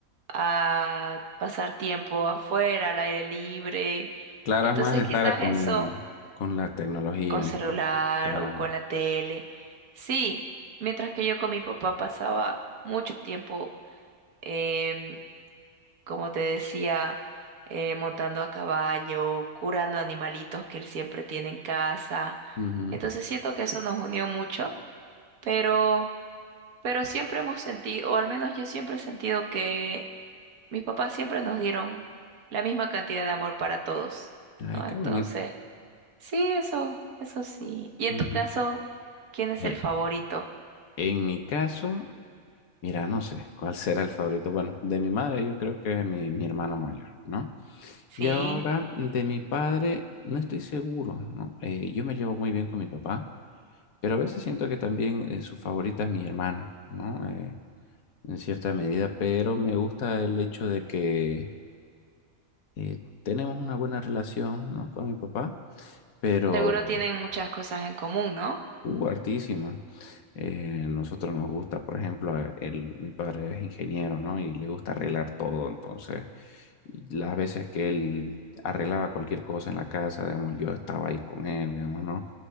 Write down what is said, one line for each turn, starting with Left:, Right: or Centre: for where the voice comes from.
Right: a pasar tiempo afuera, al aire libre.
Left: Claro,
Right: Entonces
Left: es más de
Right: quizás
Left: estar con,
Right: eso
Left: con la tecnología,
Right: con celular
Left: ¿no? Con- ya.
Right: o con la tele. Sí, mientras que yo con mi papá pasaba mucho tiempo, em, como te decía, eh, montando a caballo, curando animalitos que él siempre tiene en casa.
Left: Ujú.
Right: Entonces siento que eso nos unió mucho, pero, pero siempre hemos sentido, o al menos yo siempre he sentido que Mis papás siempre nos dieron la misma cantidad de amor para todos,
Left: Ay,
Right: ¿no?
Left: qué
Right: Entonces,
Left: bonito.
Right: sí, eso, eso sí. Y en
Left: Ujú.
Right: tu caso, ¿quién es
Left: Eh,
Right: el favorito?
Left: En mi caso, mira, no sé cuál será el favorito. Bueno, de mi madre yo creo que es mi, mi hermano mayor, ¿no?
Right: Sí,
Left: Y ahora de mi padre no estoy seguro, ¿no? Eh, yo me llevo muy bien con mi papá, pero a veces siento que también eh, su favorita es mi hermana, ¿no? Eh, en cierta medida, pero me gusta el hecho de que eh, tenemos una buena relación, ¿no? Con mi papá, pero
Right: seguro tienen muchas cosas en común, ¿no?
Left: Uh, hartísima. Eh, nosotros nos gusta, por ejemplo, eh, el, mi padre es ingeniero, ¿no? Y le gusta arreglar todo, entonces, y las veces que él arreglaba cualquier cosa en la casa, digamos, yo estaba ahí con él, digamos, ¿no?